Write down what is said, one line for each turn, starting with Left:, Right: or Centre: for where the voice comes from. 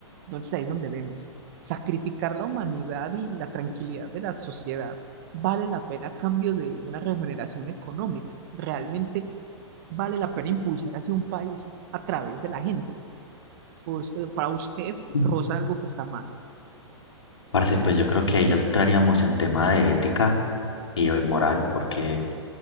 Right: Entonces ahí es donde vemos, sacrificar la humanidad y la tranquilidad de la sociedad vale la pena a cambio de una remuneración económica. Realmente vale la pena impulsar hacia un país a través de la gente. Pues, eh, para usted
Left: Mm.
Right: rosa algo que está mal,
Left: Parce, pues yo creo que ahí ya entraríamos en tema de ética y moral, porque